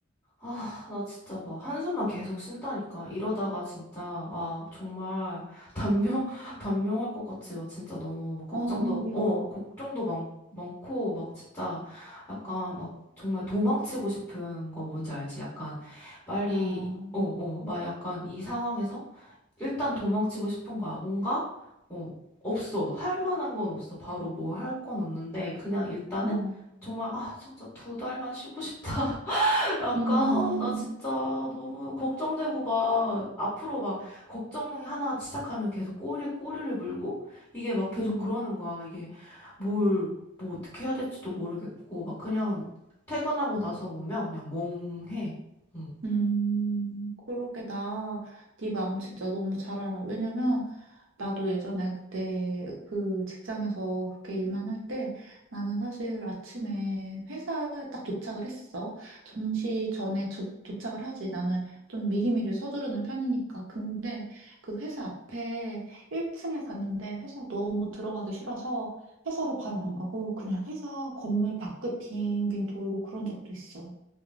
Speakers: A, on the left; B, on the right.
A: 아, 나 진짜 막 한숨만 계속 쉰다니까. 이러다가 진짜, 아, 정말 단명, <laughs> 단명할 것 같이 막 진짜 너무 막 걱정도,
B: 어, 야,
A: 어, 걱정도 많, 많고, 막 진짜 약간 막 정말 도망치고 싶은 거 뭔지 알지? 약간 빨리,
B: 알아.
A: 어, 어, 막 약간 이 상황에서 일단 도망치고 싶은 거야. 뭔가, 어, 없어. 할 만한 건 없어. 바로 뭐 할 건 없는데, 그냥 일단은
B: 음,
A: 정말, 아, 진짜 두 달만 쉬고 싶다. <laughs> 약간,
B: 음,
A: 아, 나 진짜 너무 걱정되고 막, 앞으로 막, 걱정 하나 시작하면 계속 꼬리에 꼬리를 물고, 이게 막 계속
B: 음.
A: 그러는 거야. 이게 뭘, 뭐 어떻게 해야 될지도 모르겠고, 막 그냥 퇴근하고 나서 오면 그냥 멍해. 응.
B: 음, 그러게 나 네 마음 진짜 너무 잘 알아. 왜냐면 나도 예전에 그때 그 직장에서 그렇게 일만 할 때 나는 사실 아침에 회사에 딱 도착을 했어. 정시 전에 저- 도착을 하지. 나는 좀 미리미리 서두르는 편이니까. 근데 그 회사 앞에 1층에 갔는데 회사 너무 들어가기 싫어서 회사로 바로 안 가고 그냥 회사 건물 밖을 빙빙 돌고 그런 적도 있어.